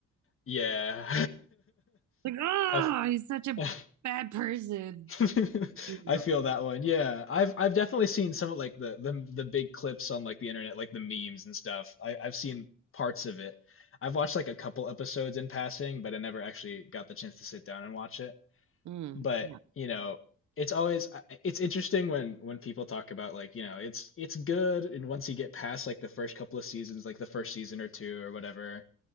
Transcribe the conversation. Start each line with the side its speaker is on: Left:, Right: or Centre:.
Left: yeah.
Right: Like, oh,
Left: <laughs> I
Right: he's such a
Left: <laughs>
Right: bad person,
Left: <laughs>
Right: you know.
Left: I feel that one. Yeah, I've I've definitely seen some of like the the the big clips on like the internet, like the memes and stuff. I I've seen parts of it. I've watched like a couple episodes in passing, but I never actually got the chance to sit down and watch it.
Right: Mm,
Left: But,
Right: yeah,
Left: you know, it's always I- it's interesting when when people talk about like, you know, it's it's good and once you get past like the first couple of seasons, like the first season or two or whatever.